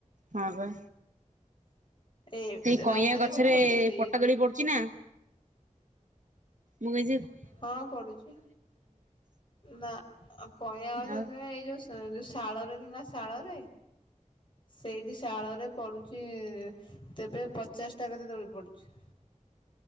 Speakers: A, on the right; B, on the left.
A: ହଁ ବା
B: ଏଇ
A: ସେଇ କଇଁଆ
B: ରାତିରେ
A: ଗଛରେ
B: ବି ଖେଳୁଛନ୍ତି।
A: ପଟାଦୋଳି ପଡୁଛି ନା ମୁଁ ଏ
B: ହଁ ପଡୁଛି ନା କହିବା ଗଛ
A: ଆଉ
B: ନୁହେଁ ଏଇ ଯୋଉ ଶଳରେ କି ଶଳରେ ସେଠି ପୁଛି ତେବେ ପ ଚେଷ୍ଟା କରି ଦୋଳି ପଡୁଛି।